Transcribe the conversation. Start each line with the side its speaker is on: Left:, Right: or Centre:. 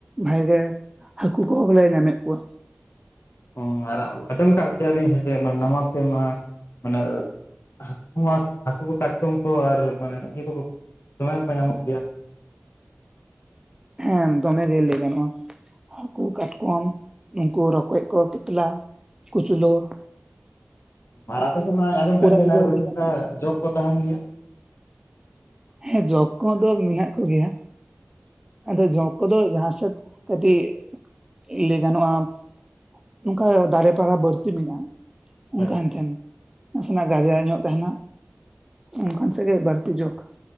Right: ᱵᱷᱟᱜᱮ ᱜᱮ ᱦᱟᱠᱩ ᱠᱚᱦᱚᱸ ᱞᱮ ᱧᱟᱢᱮᱫ ᱠᱚᱣᱟ ᱾
Left: ᱚ ᱟᱨ ᱟᱸᱡᱚᱢ ᱠᱟᱜ ᱜᱮᱭᱟᱞᱤᱧ ᱥᱮ ᱪᱮᱫ ᱢᱟᱱᱮ ᱱᱟᱢᱟᱞ ᱥᱮᱫᱢᱟ ᱢᱟᱱᱮ ᱦᱟᱹᱠᱩ ᱢᱟ ᱦᱟᱹᱠᱩ ᱠᱚ, ᱠᱟᱴᱠᱚᱢ ᱠᱚ ᱟᱨ ᱢᱟᱱᱮ ᱤᱭᱟᱹ ᱠᱚ ᱫᱚᱢᱮ ᱠᱚ ᱧᱟᱢᱚᱜ ᱜᱮᱭᱟ ᱾
Right: ᱦᱮᱸ ᱫᱚᱢᱮ ᱜᱮ ᱞᱟᱹᱭ ᱜᱟᱱᱚᱜᱼᱟ ᱾ ᱦᱟᱹᱠᱩ, ᱠᱟᱴᱠᱚᱢ ᱩᱱᱠᱩ ᱨᱚᱠᱚᱡ ᱠᱚ, ᱠᱟᱛᱞᱟ, ᱠᱩᱪᱞᱳ ᱾
Left: ᱟᱨ ᱟᱯᱮ ᱥᱮᱫ ᱢᱟᱧ ᱟᱸᱡᱚᱢ
Right: ᱚᱲᱟᱜ
Left: ᱠᱟᱜ ᱜᱮᱭᱟ
Right: ᱨᱮᱫᱚ
Left: ᱟᱨ ᱵᱮᱥᱤ
Right: ᱞᱟᱹᱭ ᱜᱟᱱᱚᱜ
Left: ᱪᱮᱛᱟ ᱡᱚᱠ ᱠᱚ ᱛᱟᱦᱮᱱ ᱜᱮᱭᱟ?
Right: ᱦᱮᱸ ᱡᱚᱸᱠ ᱠᱚ ᱫᱚ ᱢᱮᱱᱟᱜ ᱠᱚ ᱜᱮᱭᱟ ᱾ ᱟᱫᱚ ᱡᱚᱸᱠ ᱠᱚᱫᱚ ᱡᱟᱦᱟᱸ ᱥᱮᱫ ᱠᱟᱹᱴᱤᱡ ᱞᱟᱹᱭ ᱜᱟᱱᱚᱜᱼᱟ ᱱᱚᱝᱠᱟ ᱫᱟᱨᱮ ᱯᱟᱞᱟ ᱵᱟᱹᱲᱛᱤ ᱢᱮᱱᱟᱜᱼᱟ ᱚᱱᱠᱟᱱ
Left: ᱦᱳᱭ
Right: ᱴᱷᱮᱱ ᱾ ᱱᱟᱥᱮᱱᱟᱜ ᱜᱟᱡᱟᱲ ᱧᱚᱜ ᱛᱟᱦᱮᱸᱱᱟ ᱚᱱᱠᱟᱱ ᱥᱮᱫ ᱜᱮ ᱵᱟᱹᱲᱛᱤ ᱡᱚᱸᱠ,